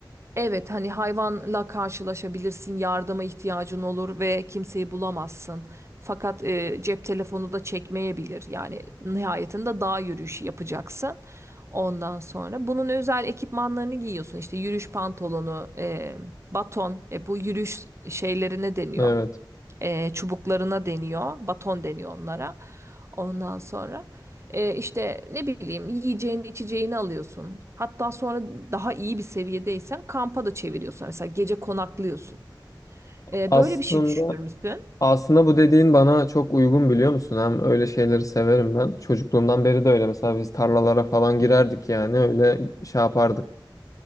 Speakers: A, on the right (about 35°); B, on the left (about 45°).
A: Evet hani hayvanla karşılaşabilirsin, yardıma ihtiyacın olur ve kimseyi bulamazsın. Fakat e, cep telefonu da çekmeyebilir. Yani nihayetinde dağ yürüyüşü yapacaksın. Ondan sonra bunun özel ekipmanlarını giyiyorsun. İşte yürüyüş pantolonu, e, baton, e, bu yürüyüş şeyleri ne deniyor?
B: Evet.
A: e, çubuklarına deniyor. Baton deniyor onlara. Ondan sonra e, işte ne bileyim yiyeceğini içeceğini alıyorsun. Hatta sonra daha iyi bir seviyedeysen kampa da çeviriyorsun. Mesela gece konaklıyorsun. E,
B: Aslında
A: böyle bir şey düşünür müsün?
B: aslında bu dediğin bana çok uygun biliyor musun? Hem öyle şeyleri severim ben. Çocukluğumdan beri de öyle. Mesela biz tarlalara falan girerdik yani öyle şey yapardık.